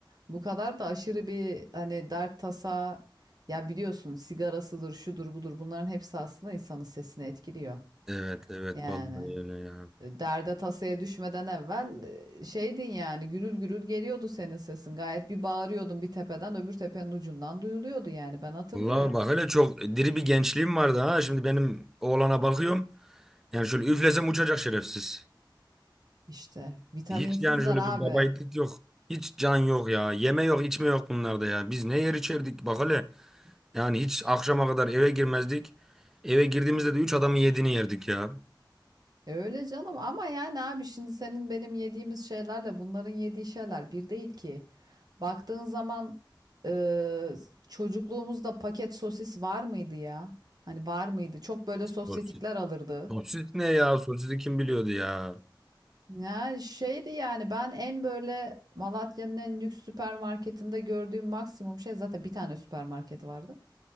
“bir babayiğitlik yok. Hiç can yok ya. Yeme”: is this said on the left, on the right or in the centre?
Centre